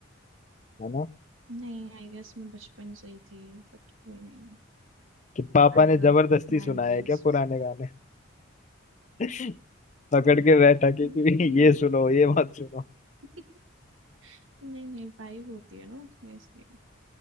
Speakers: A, on the left; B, on the right.
A: है ना
B: नहीं आई गेस मैं बचपन से ही थी बट कोई नहीं
A: कि पापा
B: I
A: ने
B: love
A: जबरदस्ती
B: 90s
A: सुनाया है क्या पुराने गाने <laughs> पकड़ के बैठा के
B: नहीं
A: कि
B: नहीं
A: ये सुनो ये मत सुनो
B: <laughs> नहीं नहीं वाइब होती है ना उसमें इसलिए